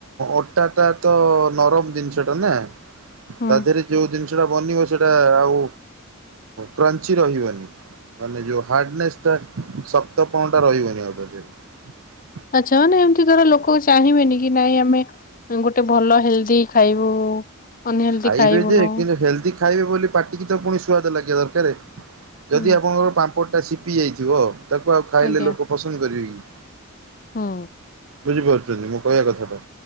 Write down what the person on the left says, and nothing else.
ହୁଁ।
ଆଚ୍ଛା ମାନେ ଏମିତି ଧର ଲୋକ ଚାହିଁବେନି କି ନାଇଁ ଆମେ ଗୋଟେ ଭଲ ହେଲଦି ଖାଇବୁ। ଅନହେଲ୍ଦି
ଖାଇବୁନୁ
ହୁଁ
ଆଜ୍ଞା
ହୁଁ